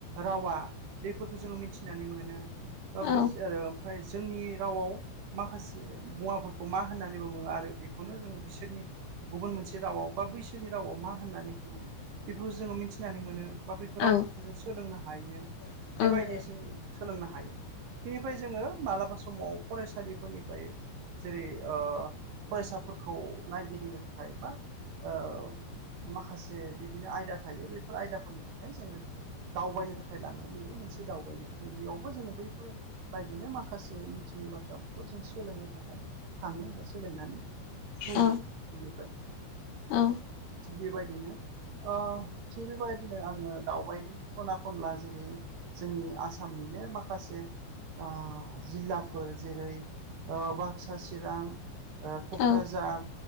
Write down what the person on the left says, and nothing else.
औ
उम उम
औ
औ
औ
औ